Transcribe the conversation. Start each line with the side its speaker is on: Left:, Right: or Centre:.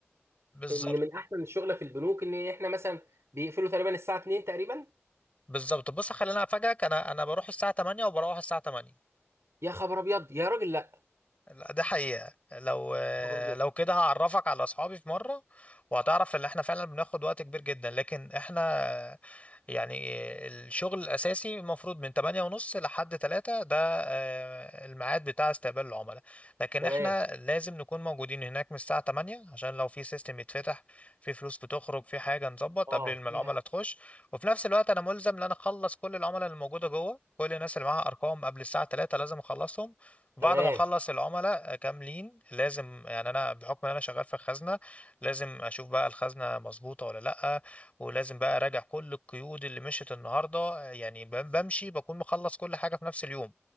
Left: بالظبط
Right: ان من احسن الشغله في البنوك ان احنا مثلا بيقفلوا تقريبا الساعه 2 تقريبا
Left: بالظبط بص خلينا افاجئك انا انا بروح الساعة 8 وبروح الساعة 8
Right: يا خبر ابيض يا راجل لا
Left: لا ده حقيقة لو
Right: يا خبر ابيض
Left: لو كده هعرفك على اصحابي في مرة وهتعرف ان احنا فعلا بناخد وقت كبير جدا لكن احنا يعني الشغل الاساسي المفروض من 8 ونص لحد 3 ده آه، الميعاد بتاع استقبال العملاء لكن
Right: تمام
Left: احنا لازم نكون موجودين هناك من الساعة 8 عشان لو في سيستم يتفتح في فلوس بتخرج في حاجة نظبط
Right: اه
Left: قبل ما العملاء
Right: يا
Left: تخش وفي نفس الوقت انا ملزم ان انا اخلص كل العملاء اللي موجودة جوه كل الناس اللي معاها ارقام قبل الساعة 3 لازم اخلصهم بعد
Right: تمام
Left: ما اخلص العملاء كاملين لازم يعني انا بحكم ان انا شغال في الخزنه لازم اشوف بقى الخزنه مظبوطه ولا لا ولازم بقى اراجع كل القيود اللي مشت النهارده يعني بم- بمشي بكون مخلص كل حاجه في نفس اليوم